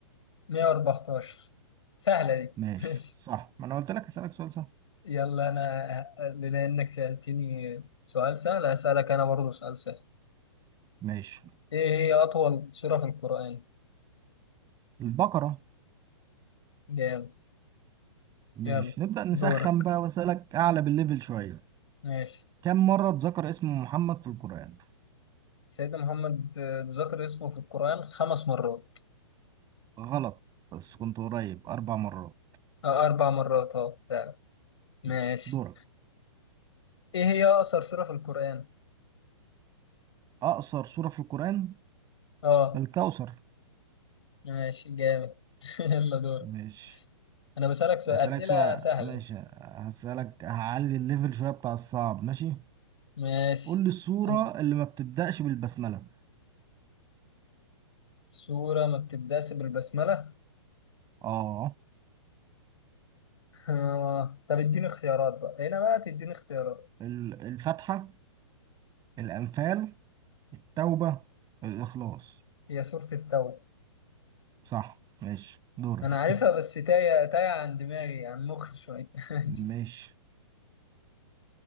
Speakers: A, on the left (about 65°); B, on the right (about 25°).
A: 114 سهلة دي
B: ماشي
A: <laughs> ماشي
B: صح ما أنا قلت لك هسألك سؤال سهل
A: يلا أنا بما إنك سألتني سؤال سهل هسألك أنا برضه سؤال سهل
B: ماشي
A: إيه هي أطول سورة في القرآن؟
B: البقرة
A: جامد
B: ماشي
A: يلا
B: نبدأ نسخن
A: دورك
B: بقى وأسألك أعلى بالليفل شوية
A: ماشي
B: كم مرة اتذكر اسم محمد في القرآن؟
A: سيدنا محمد آه، ذكر اسمه في القرآن خمس مرات
B: غلط بس كنت قريب أربع مرات
A: أه أربع مرات أه فعلا ماشي
B: ماشي دورك
A: إيه هي أقصر سورة في القرآن؟
B: أقصر سورة في القرآن
A: أه
B: الكوثر
A: ماشي جامد <laughs> يلا دور
B: ماشي
A: أنا بسألك سؤال
B: هسألك
A: أسئلة
B: سؤال
A: سهلة
B: ماشي هسألك هعلي الليفل شوية بتاع الصعب ماشي
A: ماشي
B: قول لي السورة
A: أن-
B: اللي ما بتبدأش بالبسملة
A: سورة ما بتبدأش بالبسملة
B: اه
A: آه. طب اديني اختيارات بقى هنا بقى تديني اختيارات
B: ال- الفاتحة الأنفال التوبة الإخلاص
A: هي سورة التوبة
B: صح ماشي دورك
A: انا عارفها بس تايه تايه عن دماغي عن مخي شوية <laughs>
B: ماشي